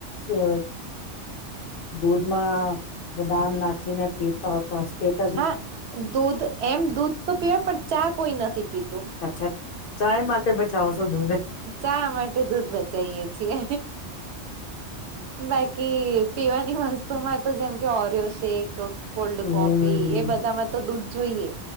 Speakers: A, on the left; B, on the right.
A: અ દૂધમાં બદામ ના ને પીટ.
B: હા દૂધ એમ દૂધ તો પીવા પણ ચા કોઈ નથી પીત.
A: અચ્છા ચાય માટે બચાવો છો દૂ ન.
B: ચા માટે દૂધ બચીે છીએ બાકી. પીવાની વસ્તુ માં તો જેમ કે ઓરિયો શેક. કોલ્ડ
A: હમ
B: કોફી એ બધામાં તો દૂધ જોઈએ